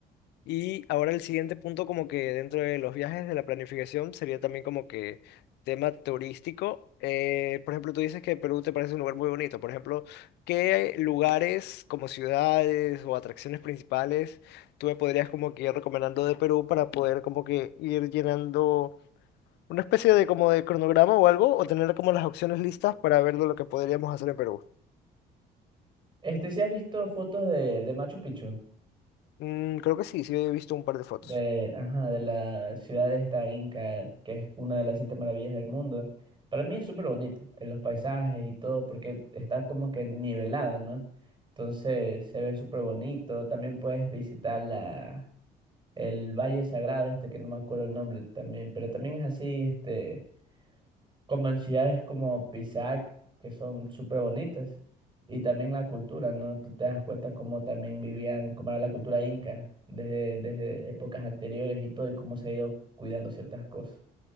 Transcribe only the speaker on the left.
Y ahora el siguiente punto, como que dentro de los viajes, de la planificación, sería también como que tema turístico. Eh, por ejemplo, tú dices que Perú te parece un lugar muy bonito. Por ejemplo, ¿qué lugares como ciudades o atracciones principales tú me podrías como que ir recomendando de Perú para poder como que ir llenando una especie de como de cronograma o algo, o tener como las opciones listas para ver de lo que podríamos hacer en Perú?
Mm, creo que sí, sí he visto un par de fotos.